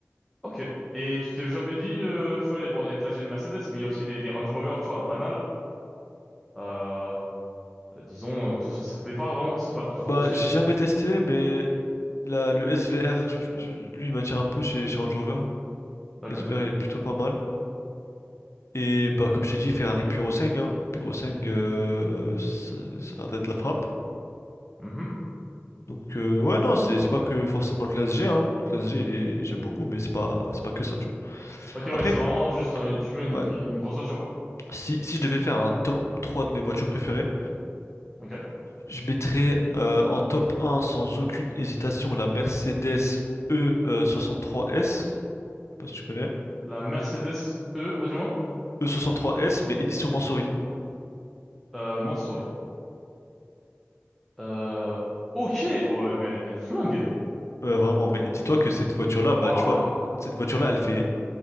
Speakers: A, in the centre; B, on the left.
A: Ok. Et tu t'es jamais dit, euh, tu vois, et bon, il y a classe G de Mercedes, mais il y a aussi les, les Range Rover, tu vois, banal. Euh, Euh, disons, euh, toi, ça, ça te plaît pas vraiment? C'est pas trop
B: Bah,
A: ton style?
B: j'ai jamais testé, mais la, le SVR, je, je- je- lui, il m'attire un peu chez, chez Range Rover.
A: D'accord.
B: Le SVR, il est plutôt pas mal. Et bah, comme je t'ai dit, Ferrari Purosangue, hein. Purosangue, euh, ça, ça a l'air d'être la frappe.
A: Mhm.
B: Donc euh, ouais non c'est c'est pas que forcément le classe G hein. Le classe G il est j'aime beaucoup mais c'est pas c'est pas que ça tu vois.
A: Ok, ouais,
B: Après
A: c'est vraiment juste, euh, tu veux une,
B: ouais
A: une grosse voiture, quoi.
B: si si je devais faire un top 3 de mes voitures préférées,
A: Ok.
B: je mettrais euh, en top un sans aucune hésitation la Mercedes e soixante trois s je sais pas si tu connais.
A: La Mercedes E, redis-moi.
B: e soixante trois s mais édition Mansory.
A: Euh, Mansory. Euh, ok, ouais, mais elle, elle flingue.
B: Ouais, vraiment mais dis-toi que cette voiture là bah
A: Waouh!
B: tu vois cette voiture là elle fait